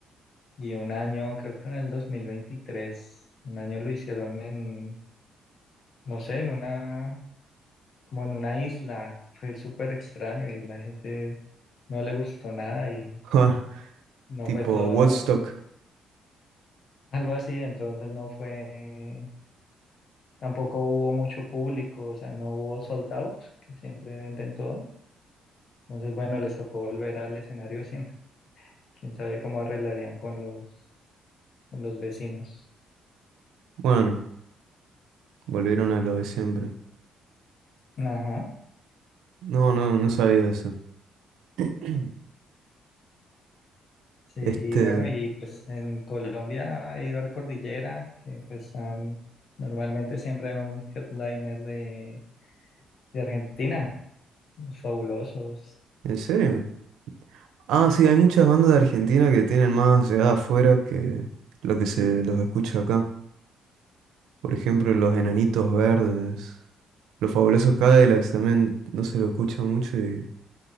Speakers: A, on the left; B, on the right.
A: Y un año, creo que fue en el dos mil veintitrés un año lo hicieron en, no sé, en una, como en una isla. Fue súper extraño y la gente no le gustó nada y
B: Ja,
A: no
B: tipo
A: fue todo
B: Woodstock.
A: algo así. Entonces no fue, tampoco hubo mucho público, o sea, no hubo sold out, que siempre venden todo. Entonces, bueno, les tocó volver al escenario siempre. Quién sabe cómo arreglarían con los, con los vecinos.
B: Bueno, volvieron a lo de siempre.
A: Ajá.
B: No, no, no sabía eso. <clears throat>
A: Sí,
B: Este,
A: y bueno, y pues en Colombia he ido al Cordillera, que pues han- normalmente siempre hay un headliner de, de Argentina, los fabulosos.
B: ¿en serio? Ah, sí, hay muchas bandas de Argentina que tienen más llegada afuera que lo que se los escucha acá. Por ejemplo, los Enanitos Verdes. Los Fabulosos Cadillacs también no se lo escucha mucho y